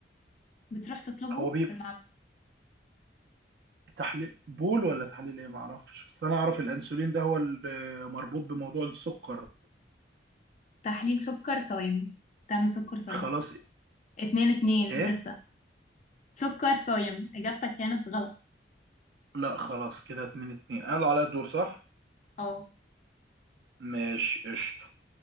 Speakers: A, on the left (about 40°); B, on the right (about 65°).
A: بتروح تطلبه
B: هو بيبقى
A: في المعمل
B: تحليل بول ولا تحليل ايه ما اعرفش بس انا اعرف الانسولين ده هو اللي مربوط بموضوع السكر
A: تحليل سكر صايم تعمل سكر صايم
B: خلاص
A: اتنين اتنين
B: ايه
A: لسه سكر صايم إجابتك كانت غلط
B: لا خلاص كده اتنين اتنين قالوا عليا الدور صح
A: اه
B: ماشي قشطة